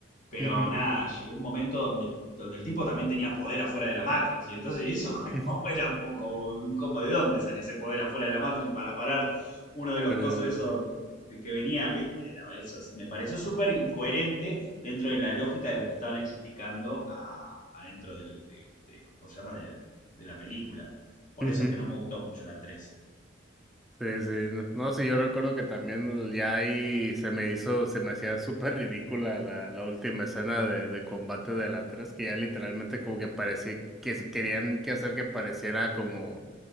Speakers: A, on the left; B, in the centre.
A: pero
B: ujú.
A: nada, llegó un momento donde el, donde el tipo también tenía poder afuera de la Matrix, y entonces eso <laughs>
B: <laughs>
A: como era un poco, un- como de dónde salió ese poder afuera de la Matrix para parar uno de los
B: Pues,
A: cosos esos que venían, ¿viste? Era eso, es- me pareció súper incoherente dentro de la lógica de lo que estaban explicando a, adentro del, de, de- ¿cómo se llama? Del- de la película. Por
B: ujú.
A: eso es que no me gustó mucho la tres
B: Sí, sí, no, no, sí, yo recuerdo que también ya ahí se me hizo, se me hacía súper ridícula la, la última escena de, de combate de la tres que ya literalmente como que parecía que se querían que hacer que pareciera como,